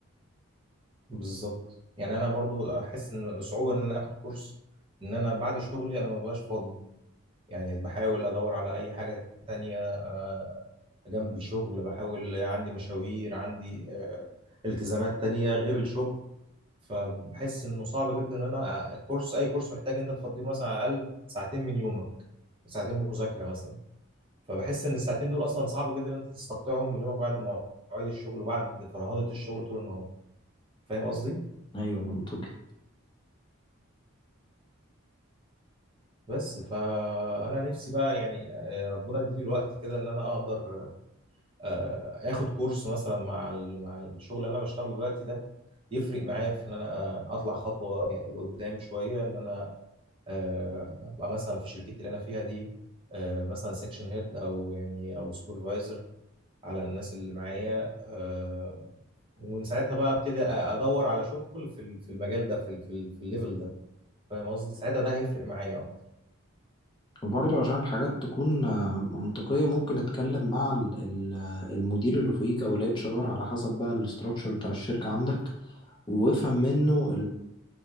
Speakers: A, on the right (about 25°); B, on the left (about 20°).
A: بالظبط يعني انا برضو احس ان بصعوبة ان انا اخد كورس ان انا بعد شغلي انا ما ببقاش فاضي يعني بحاول ادور على اي حاجة تانية آه، جنب الشغل بحاول عندي مشاوير عندي آه، التزامات تانية غير الشغل فبحس انه صعب جدا ان انا الكورس اي كورس محتاج انت تفضيه مثلا على الاقل ساعتين من يومك ساعتين مذاكره مثلا فبحس ان الساعتين دول اصلا صعب جدا ان انت تستقطعهم من يومك بعد مواعيد الشغل وبعد فرهضه الشغل طول النهار فاهم قصدي
B: أيوة منطقي
A: بس فانا نفسي بقى يعني آه، ربنا يديني الوقت كده ان انا اقدر آه، اخد كورس مثلا مع ال- مع الشغل اللي انا بشتغله دلوقتي ده يفرق معايا في ان انا آه، اطلع خطوه يعني لقدام شويه ان انا آه، ابقى مثلا في شركتي اللي انا فيها دي آه، مثلا سيكشن هيد او يعني او سوبرفايزر على الناس اللي معايا آه، ومن ساعتها بقى ابتدي أ- ادور على شغل في ال- في المجال ده في ال- في ال- في الليفل ده فاهم قصدي ساعتها ده هيفرق معايا اكتر
B: وبرضه عشان الحاجات تكون آه، منطقية ممكن أتكلم مع ال- ال- آه، المدير اللي فوقيك أو ال HR على حسب بقى الاستراكشر بتاع الشركة عندك وافهم منه